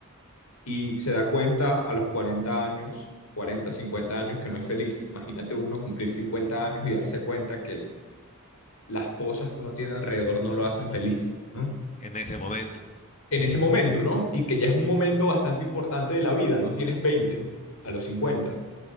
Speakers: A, on the left; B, on the left.
A: y se da cuenta a los 40 años, 40 50 años, que no es feliz. Imagínate uno cumplir cincuenta años y darse cuenta que las cosas que uno tiene alrededor no lo hacen feliz, ¿no?
B: en ese momento.
A: En ese momento, ¿no? Y que ya es un momento bastante importante de la vida, no tienes veinte a los cincuenta